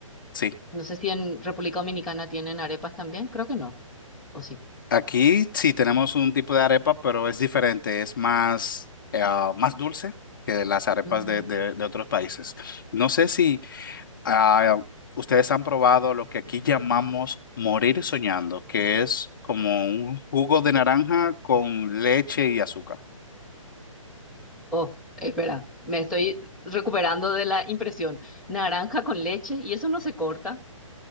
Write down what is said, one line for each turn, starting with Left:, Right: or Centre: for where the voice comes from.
Left: sí.
Centre: no sé si en República Dominicana tienen arepas también, creo que no, o sí.
Left: Aquí sí tenemos un tipo de arepa, pero es diferente, es más, eh, ah, más dulce que las arepas
Centre: Mm.
Left: de, de de otros países. No sé si Ah, ustedes han probado lo que aquí llamamos morir soñando, que es como un jugo de naranja con leche y azúcar.
Centre: Oh, espera, me estoy recuperando de la impresión. Naranja con leche y eso no se corta.